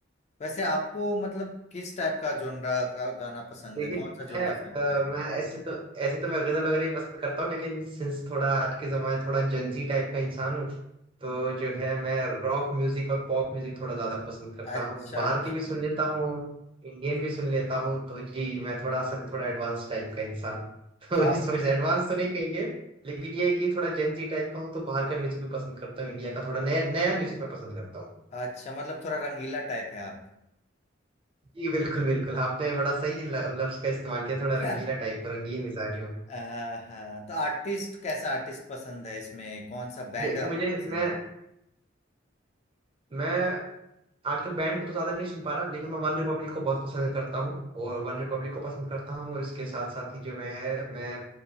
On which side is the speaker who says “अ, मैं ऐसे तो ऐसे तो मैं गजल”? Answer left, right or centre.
Right